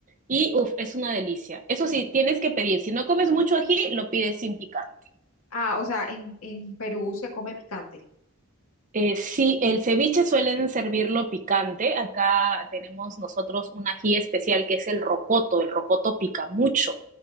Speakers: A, on the right; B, on the left.
A: y uff, es una delicia. Eso sí, tienes que pedir. Si no comes mucho ají, lo pides sin picante.
B: Ah, o sea, en, en Perú se come picante.
A: Eh, sí, el ceviche suelen servirlo picante. Acá tenemos nosotros un ají especial que es el rocoto. El rocoto pica mucho.